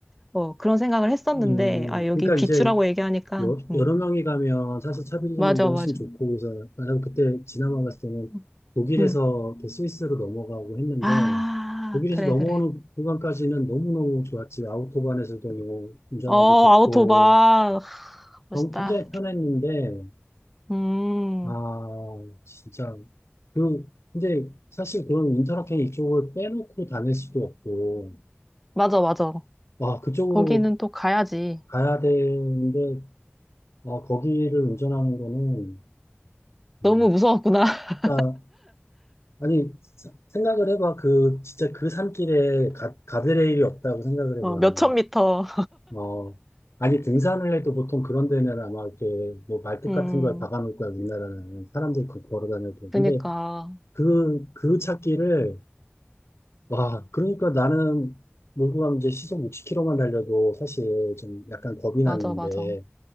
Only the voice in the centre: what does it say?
어, 그런 생각을 했었는데,
아, 여기
비추라고
얘기하니까,
응.
맞아,
맞아.
응.
응.
아,
그래,
그래.
어,
아우토반. 하, 멋있다.
음,
맞아, 맞아.
거기는 또 가야지.
너무 무서웠구나. <laughs>
어,
몇천 미터.
음,
그니까.
맞아,
맞아.